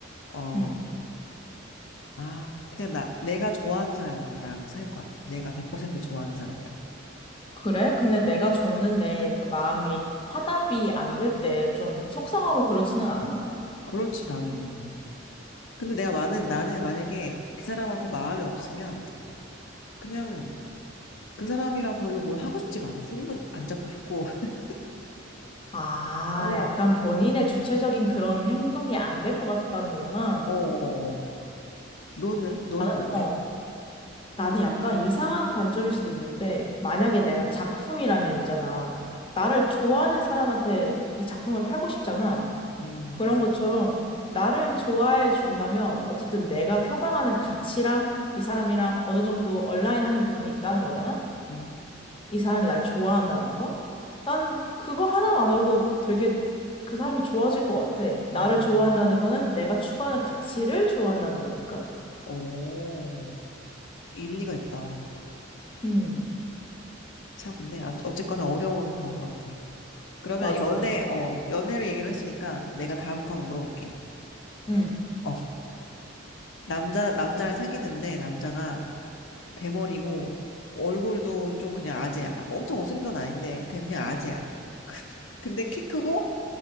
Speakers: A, on the left; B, on the left.
A: 어,
B: 응.
A: 아, 그냥 나, 내가 좋아하는 사람이랑 나랑 사귈 것 같아. 내가 100% 좋아하는 사람들.
B: 그래? 근데 내가 줬는데 그 마음이 화답이 안 될 때 좀 속상하고 그러지는 않아?
A: 그렇지, 당연히. 근데 내가 많은, 나는 만약에 그 사람한테 마음이 없으면, 그냥 그 사람이랑 별로 뭘 하고 싶지가 않아. 손도 안 잡고 싶고. <laughs>
B: 아,
A: 어,
B: 약간 본인의 주체적인 그런 행동이 안 될 것 같다는 거구나.
A: 어, 어, 어. 너는? 너는
B: 나는,
A: 어때?
B: 어, 나는 약간 이상한 관점일 수도 있는데, 만약에 내가 작품이라면 있잖아. 나를
A: 음,
B: 좋아하는 사람한테 이 작품을 팔고 싶잖아.
A: 음,
B: 그런 것처럼 나를 좋아해 준다면 어쨌든 내가 표방하는 가치랑 이 사람이랑 어느 정도 얼라인하는 부분이 있다는 거잖아?
A: 음.
B: 이 사람이 날 좋아한다는 건? 난 그거 하나만으로도 되게 그 사람이 좋아질 것 같아. 나를
A: 음.
B: 좋아한다는 거는 내가 추구하는 가치를 좋아한다는 거니까.
A: 어, 일리가 있다.
B: 음,
A: 참, 근데, 아, 어쨌거나 어려운 그런 것 같아. 그러면
B: 맞아,
A: 연애,
B: 맞아.
A: 어, 연애를 얘기를 했으니까 내가 다음 거 한번 물어볼게.
B: 음.
A: 어, 남자, 남자랑 사귀는데 남자가 대머리고 얼굴도 좀 그냥 아재야. 그러니까 뭐 엄청 못생긴 건 아닌데 그냥, 그냥 아재야. <laughs> 근데 키 크고